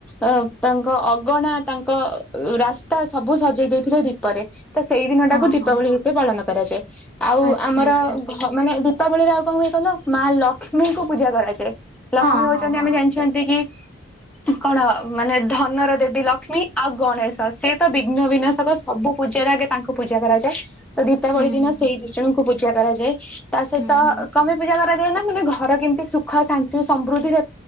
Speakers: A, in the centre; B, on the right (about 70°).
A: ଅ ତାଙ୍କ ଅଗଣା ତାଙ୍କ ରାସ୍ତା ସବୁ ସଜେଇ ଦେଇଥିଲେ ଦୀପରେ। ତ ସେଇ ଦିନ
B: ହଁ
A: ଟାକୁ ଦୀପାବଳି
B: ହଁ
A: ରୂପେ ପାଳନ କରାଯାଏ ଆଉ
B: ଆଚ୍ଛା
A: ଆମର
B: ଆଚ୍ଛା
A: ମାନେ ଦୀପାବଳିରେ ଆଉ କଣ ହୁଏ କହିଲ ମା ଲକ୍ଷ୍ମୀଙ୍କୁ ପୂଜା କରାଯାଏ
B: ହଁ
A: ଲକ୍ଷ୍ମୀ ହଉଛନ୍ତି
B: ହଁ ହଁ
A: ଆମେ ଜାଣିଛୁ ଛନ୍ତି କି କଣ ମାନେ ଧନର ଦେବୀ ଲକ୍ଷ୍ମୀ ଆଉ ଗଣେଶ ସେ ତ ବିଘ୍ନ ବିନାଶକ ସବୁ ପୂଜାରେ ଆଗେ ତାଙ୍କୁ ପୂଜା କରାଯାଏ ତ ଦୀପାବଳି
B: ହୁଁ
A: ଦିନ
B: ହୁଁ ହୁଁ
A: ସେଇ ଦିଜଣଙ୍କୁ ପୂଜା କରାଯାଏ। ତା ସହିତ
B: ହୁଁ ହୁଁ ହୁଁ
A: କଣ ପାଇ ପୂଜା କରାଯାଏ ନା ମାନେ ଘର କେମିତି ସୁଖ ଶାନ୍ତି ସମୃଦ୍ଧିରେ